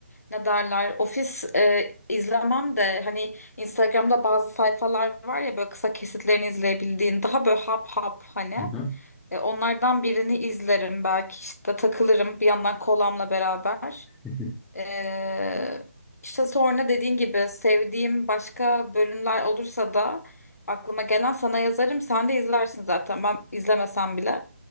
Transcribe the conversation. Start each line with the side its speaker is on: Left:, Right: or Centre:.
Left: ne derler ofis e, izlemem de hani Instagram'da bazı sayfalar var ya böyle kısa kesitlerini izleyebildiğin daha böyle hap hap hani
Centre: Hı hı.
Left: E, onlardan birini izlerim belki işte takılırım bir yandan kolamla beraber
Centre: <laughs>
Left: E, işte sonra dediğin gibi sevdiğim başka bölümler olursa da aklıma gelen sana yazarım sen de izlersin zaten ben izlemesem bile